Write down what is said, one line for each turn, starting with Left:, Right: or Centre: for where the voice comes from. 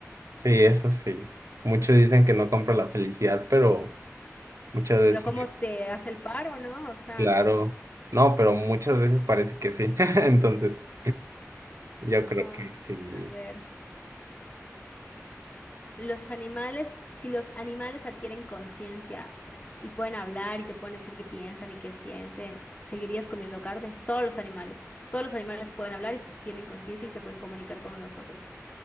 Right: Sí, eso sí. Muchos dicen que no compra la felicidad, pero muchas veces...
Left: Pero ¿cómo te hace el paro, no? O sea,
Right: Claro. No, pero muchas veces parece que sí. <laughs> Entonces, yo
Left: ajá,
Right: creo que sí.
Left: a ver. Los animales, si los animales adquieren conciencia y pueden hablar y te pueden decir qué piensan y qué sienten, ¿seguirías comiendo carne? Todos los animales. Todos los animales pueden hablar y s- tienen conciencia y se pueden comunicar con nosotros.